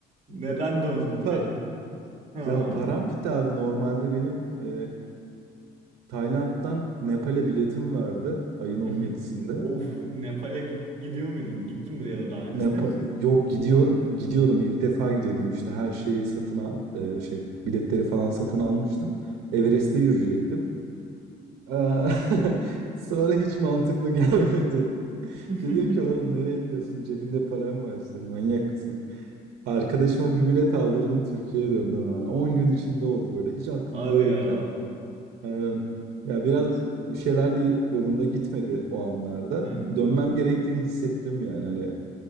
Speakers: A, on the right; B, on the right.
A: Neden döndün
B: Para.
A: peki? Ha.
B: Ya param bitti abi. Normalde benim e, Tayland'dan Nepal'e biletim vardı ayın 17'sinde.
A: <laughs> Of, Nepal'e gi- gidiyor muydun? Gittin mi ya da daha öncesinde
B: Ne yapa-
A: yoksa?
B: Yok gidiyor
A: Hı.
B: gidiyordum ilk defa gidiyordum işte her şeyi satın al e, şey biletleri falan satın almıştım. Everest'te yürüyecektim. Eee, <laughs> Sonra hiç mantıklı <laughs> gelmedi.
A: <laughs>
B: Dedim ki oğlum nereye gidiyorsun? Cebinde param var senin manyak mısın? Arkadaşıma bir bilet aldırdım Türkiye'ye döndüm hemen. 10 gün içinde oldu böyle hiç aklımda
A: Hadi
B: yokken.
A: ya.
B: Aynen. Ya biraz bir şeyler de yolunda gitmedi o anlarda.
A: Hmm.
B: Dönmem gerektiğini hissettim yani hani